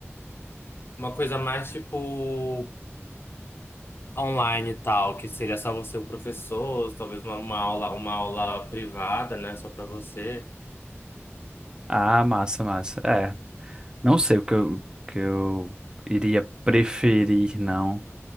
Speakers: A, on the left; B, on the right.
A: uma coisa mais tipo online e tal, que seria só você e o professor, talvez uma, uma aula, uma aula privada, né, só pra você.
B: Ah, massa, massa. É, não sei o que eu, que eu iria preferir, não,